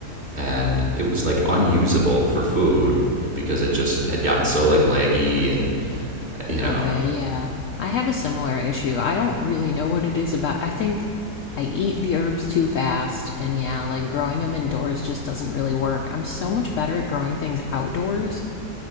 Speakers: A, on the right; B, on the left.
A: And it was like unusable for food because it just had gotten so like leggy and, you know,
B: Okay, yeah. I have a similar issue. I don't really know what it is about. I think I eat the herbs too fast, and yeah, like growing them indoors just doesn't really work. I'm so much better at growing things outdoors,